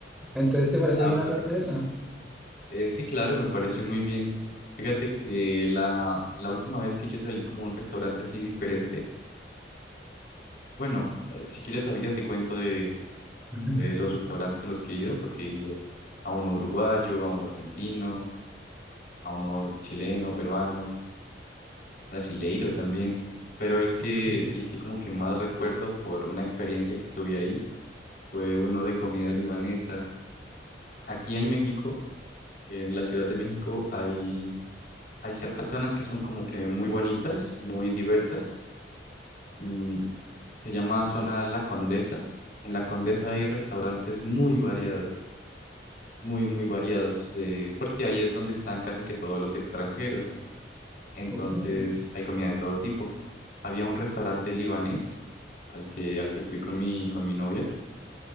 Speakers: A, in the centre; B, on the left (about 55°).
A: Entonces, ¿te parece
B: Ah,
A: bien hablar
B: pero qué
A: de
B: bonito.
A: eso?
B: Eh, sí, claro, me pareció muy bien. Fíjate que la, la última vez que yo salí como a un restaurante así diferente, bueno, eh, si quieres ahorita te cuento de,
A: <laughs>
B: de los restaurantes a los que he ido, porque he ido a uno uruguayo, a uno argentino, a uno chileno, peruano. brasileiro también, pero el que,
A: Ok,
B: el que como que más recuerdo por una experiencia que tuve ahí fue uno de comida libanesa. Aquí en México, en la Ciudad de México, hay, hay ciertas zonas que son como que muy bonitas, muy diversas. Mm, se llama zona La Condesa. En La Condesa hay restaurantes muy variados, muy, muy variados, de, porque ahí es donde están casi que todos los extranjeros. entonces
A: ok.
B: hay comida de todo tipo. Había un restaurante libanés al que, al que fui con mi, con mi novia